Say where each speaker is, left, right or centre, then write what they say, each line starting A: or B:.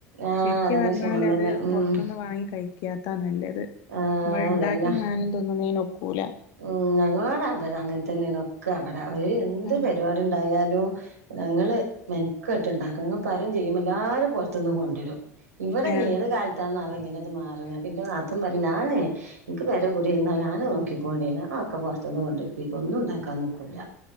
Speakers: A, on the right; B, on the left.
A: ആഹ്
B: ശരിക്ക്
A: അതന്നെ
B: പറഞ്ഞാൽ
A: ക്ഷീണം
B: അത്
A: തന്നെ ഉം
B: പുറത്ത്ന്ന് വാങ്ങി കഴിക്കാത്തതാ നല്ലത്.
A: ആഹ്
B: നമ്മൾ ഇണ്ടാക്കിങ്ങാനും
A: അതന്നെ
B: തിന്നുന്നെന് ഒക്കൂല.
A: ഉം ഞങ്ങളോടാ അത് അങ്ങൻ തന്നേണ് ഒക്കെ അവിടെ ഒരു എന്ത്
B: ആ
A: പരിപാടി ഉണ്ടായാലും ഞങ്ങള് മെൻക്കട്ട് ഇണ്ടാക്കും. ങ്ങള് പറിം ചെയ്യും എല്ലാരും പുറത്തുന്ന് കൊണ്ടരും. ഇവടെ
B: ആ
A: ഞ്ഞ് ഏത് കാലത്താന്നാവം ഇങ്ങനെ ഇത് മാറണത്. അപ്പി ന്റെ നാത്തൂന്‍ പറിം ഞാനെ ഇന്‍ക്ക് പെര കുടിര്ന്നാ ഞാന് നോക്കിക്കൊണ്ടി ഞാ ഒക്കെ പൊറത്ത്ന്ന് കൊണ്ടര്പ്പിക്കും. ഒന്നും ഉണ്ടാക്കാൻ നിക്കൂല.